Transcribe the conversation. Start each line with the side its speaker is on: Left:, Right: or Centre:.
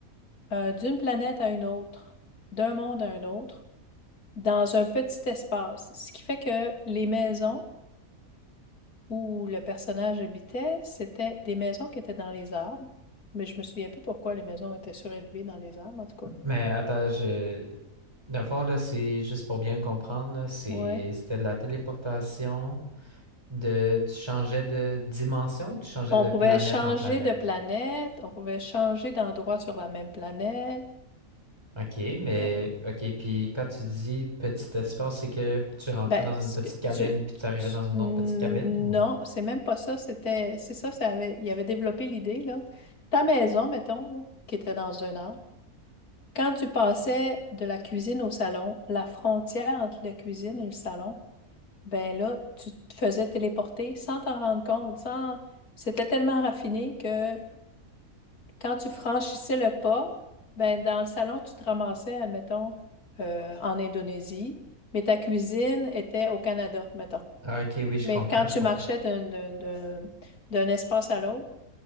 Left: euh, d'une planète à une autre, d'un monde à un autre, dans un petit espace. Ce qui fait que les maisons où le personnage habitait, c'était des maisons qui étaient dans les arbres, mais je me souviens plus pourquoi les maisons étaient surélevées dans les arbres, en tout cas.
Right: Mais attends, je dans le fond, là, c'est juste pour bien comprendre, là, c'est
Left: Ouais.
Right: c'était de la téléportation de tu changeais de dimension ou tu changeais
Left: On
Right: de planète
Left: pouvait changer
Right: en planète?
Left: de planète, on pouvait changer d'endroit sur la même planète.
Right: OK, mais
Left: Il y a-
Right: OK, puis quand tu dis petit espace, c'est que tu rentrais
Left: Ben,
Right: dans une
Left: ce
Right: petite
Left: que
Right: cabine
Left: tu,
Right: puis tu arrivais
Left: tu-
Right: dans une
Left: non,
Right: autre petite cabine ou?
Left: c'est même pas ça, c'était, c'est ça, ça avait, il avait développé l'idée, là. Ta maison, mettons, là, qui était dans un arbre, quand tu passais de la cuisine au salon, la frontière entre la cuisine et le salon, Ben là, tu te faisais téléporter sans t'en rendre compte, sans... C'était tellement raffiné que quand tu franchissais le pas, ben dans le salon, tu te ramassais, admettons, euh, en Indonésie, mais ta cuisine était au Canada, mettons.
Right: Ah, OK, oui, je
Left: Mais
Right: comprends,
Left: quand
Right: je
Left: tu
Right: comprends.
Left: marchais d'un d'un- d'un- d'un espace à l'autre,